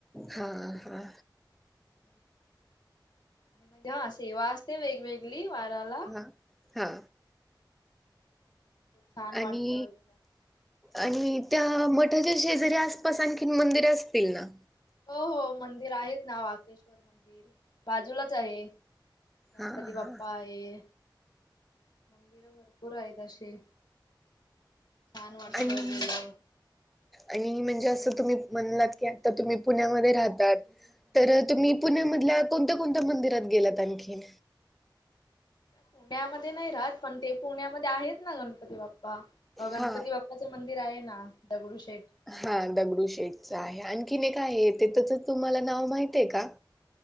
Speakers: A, in the centre; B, on the left.
A: हा हा.
B: <unintelligible> आणि म्हणजे हा सेवा असते वेगवेगळी वऱ्याला.
A: हा हा
B: छान वाटत
A: आणि.
B: एकदम
A: आणि त्या मठाच्या शेजारी आसपास आणखीन मंदिरे असतील ना.
B: हो हो मंदिर आहेत ना वाकेश्वर मंदिर बाजूलाच आहे. गणपती
A: हा हा
B: बाप्पा आहे मंदिर भरपूर आहेत अशीे छान वाटत
A: आणि
B: गेलाव
A: आणि म्हणजे असं तुम्ही म्हणलात की आता तुम्ही पुण्यामध्ये राहतात तर तुम्ही पुण्यामधल्या कोणत्या कोणत्या मंदिरात गेलात आणखी
B: पुण्यामध्ये नाही राहात पण ते पुण्यामध्ये आहेत ना गणपती बाप्पा अ गणपती
A: हा
B: बाप्पाचं मंदिर आहे ना दगडूशेठ
A: हा दगडू शेठचा आहे आणखी एक काय आहे ते तसंच तुम्हाला नाव माहितय आहे का